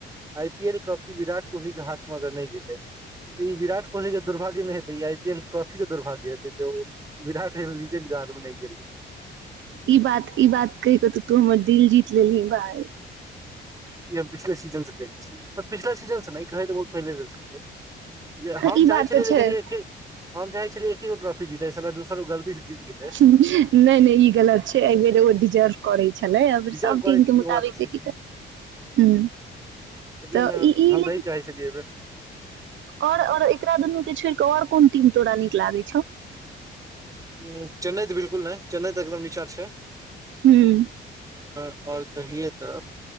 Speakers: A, on the right (about 15°); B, on the right (about 70°).
A: I P L trophy Virat Kohli के हाथं अगर नहि गेले त ई विराट कोहली के दुर्भाग्य नहि हेते ई आई पी एल के ट्रफीे के दुर्भग्य हे विराट ऐगो लेजेंड के हाथ मे नइ गेल
B: ई बात ई बात कहि क तऽ तू हमर दिल जीत लेलही भाय
A: इ हम पिछेले सीजन से कहै छी मल पिछला सी जन न नहि कहै पहिने संस्क <unintelligible> जे हम
B: ई
A: चाहै
B: बात
A: छलियै
B: तऽ
A: लेकिन
B: छै
A: एक हम चाहै छलियै एके गो ट्रॉफी जीत त सला दूसर गलती से जीत गेलै
B: नइ नइ ई गलत छै एहि बेर ओ डिजर्व करै छै छलै अइ बेर
A: रिजर्व
B: सबटीम
A: करै छी
B: के मुताबिक
A: ओ बात छै
B: देखी तऽ ह
A: लेकिन
B: तऽइ ई
A: हम
B: लेकिन
A: नहि चाहै छलियै एहि बेर
B: ओर ओर एकरा दुनूके छोड़ि कऽ आओर कोन टीम तोरा नीक लागै छौ
A: ह चेन्नईइऽ बिलकुल नइ चेन्नई तऽ एकदम नीचाँ छै
B: ह्म
A: और कहियै तऽ